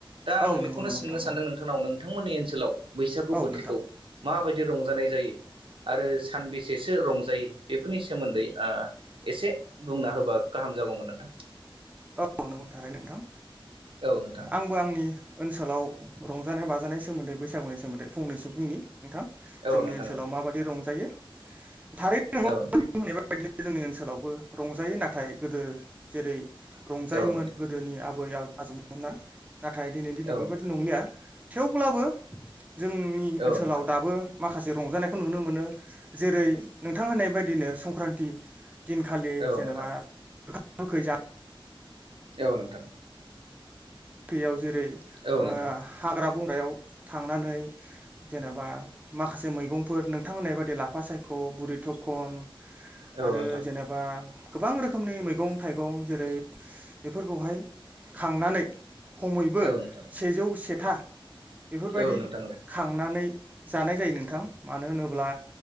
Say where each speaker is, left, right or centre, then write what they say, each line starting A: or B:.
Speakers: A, on the right; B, on the right.
A: दा आङो
B: औ
A: बेखौनो
B: नंगौ नंगौ
A: सोंनो
B: नोंथां नंगौ
A: सान्दों नोंथांनाव नों- नोंथांमोननि ओनसोलाव बैसागु
B: औ
A: बोथोरखौ
B: नोंथां
A: मा बायदि रंजानाय जायो? आरो सानबेसेसो रंजायो बेफोरनि सोमोन्दै ओ एसे बुंना होबा गाहाम- जागौमोन नोंथां।
B: औ नंगौ थारै नों नोंथां
A: औ नोंथां
B: आंबो आंनि ओनसोलाव- रंजानाय बाजानाय सोमोन्दै बैसागुनि सोमोन्दै फंनैसो बुंनि नोंथां जोंनि
A: औ नोंथां
B: ओनसोलाव माबायदि रंजायो <unintelligible>
A: औ नोंथां
B: जोंनि ओनसोलावबो रंजायो नाथाय गोदो जेरै रंजायोमोन
A: औ नोंथां
B: गोदोनि आबै आजौमोनना नाथाय दिनैनि दिनाव
A: औ
B: बेबायाददि
A: नोंथां
B: नंलिया थेवब्लाबो जोंनि
A: औ
B: ओनसोलाव
A: नोंथां
B: दाबो- माखासे रंजानायखौ नुनो मोनो जेरै नोंथां होननाय बायदिनो संक्रान्ति- दिनखालि
A: औ
B: जेनेबा
A: नोंथां
B: गोखा गोखै जा-
A: औ नोंथां
B: दैयाव जेरै
A: औ
B: ओ
A: नोंथां
B: हाग्रा बंग्रायाव थांनानै जेनेबा माखासे मैगंफोर नोंथां होननाय बायदि लाफा सायख औ बुरि थखन-
A: औ
B: आरो
A: नोंथां
B: जेनेबा गोबां रोखोमनि मैगं थाइगं जेरै- बेफोरखौहाय खांनानै खमैबो
A: औ नोंथां
B: सेजौ सेथा बेफोरबायदि
A: औ नोंथां
B: खांनानै- जानाय जायो नोंथां मानो होनोब्ला